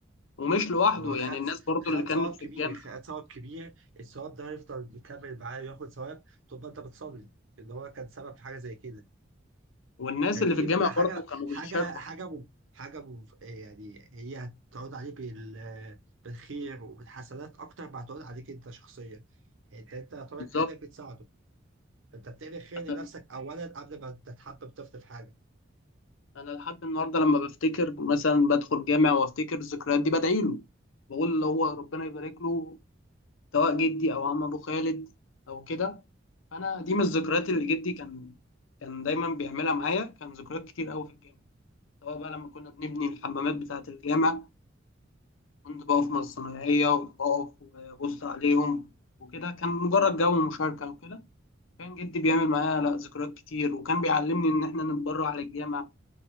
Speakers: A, on the left; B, on the right.
A: ومش لوحده
B: هو خد
A: يعني الناس برضو
B: خد
A: اللي كانت
B: ثواب
A: في
B: كبير
A: الجامع
B: خد ثواب كبير الثواب ده هيفضل مكمل معاه وياخد ثواب طول ما انت بتصلي ان هو كان سبب في حاجه زي كده
A: والناس
B: فدي
A: اللي في الجامع
B: بيبقى حاجه
A: برضو كانوا
B: حاجه
A: بيشاركوا
B: حاجه م- حاجه م- يعني هي هتقعد عليك بال بالخير وبالحسنات اكتر ما هتقعد عليك انت شخصيا يعني انت انت طريق
A: بالظبط
B: خير ده بتساعده فانت بتعمل خير
A: انا
B: لنفسك اولا قبل ما تتحبب طفل في حاجه
A: أنا لحد النهارده لما بفتكر مثلا بدخل جامع وافتكر الذكريات دي بدعي له بقول اللي هو ربنا يبارك له سواء جدي او عم ابو خالد او كده انا دي من الذكريات اللي جدي كان كان دايما بيعملها معايا كان ذكريات كتير قوي في الجامع سواء بقى لما كنا بنبني الحمامات بتاعة الجامع كنت بقف مع الصنايعية وبقف وأبص عليهم وكده كان مجرد جو مشاركة وكده كان جدي بيعمل معايا لا ذكريات كتير وكان بيعلمني ان احنا نتبرع للجامع